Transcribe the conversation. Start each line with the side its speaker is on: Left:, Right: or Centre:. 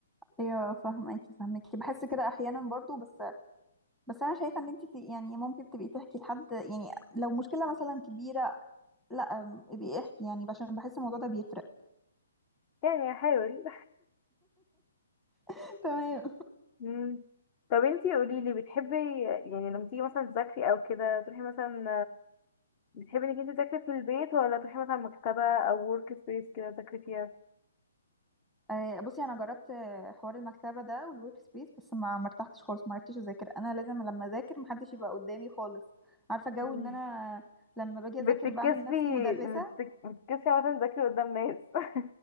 Centre: ايوه فهماكي فهماكي بحس كده احيانا برضو بس بس انا شايفه ان انت يعني ممكن تبقي تحكي لحد يعني لو مشكله مثلا كبيره لا أم، ابقي احكي يعني عشان بحس الموضوع ده بيفرق
Left: يعني هحاول
Centre: <laughs> تمام
Left: <laughs> مم. طب انتي قوليلي بتحبي يعني لما تيجي مثلا تذاكري او كده تروحي مثلا بتحبي انك انت تذاكري في البيت ولا تروحي مثلا مكتبة او ورك سبيس كده تذاكري فيها
Centre: آه، بصي انا جربت آه، حوار المكتبه ده والورك سبيس بس ما مرتحتش خالص ما عرفتش اذاكر انا لازم لما اذاكر محدش يبقى قدامي خالص عارفه جو
Left: مم.
Centre: ان انا لما باجي
Left: بتتكسفي
Centre: اذاكر بعمل نفسي مدرسه
Left: بتك... بتتكسفي عامة تذاكري قدام ناس <laughs>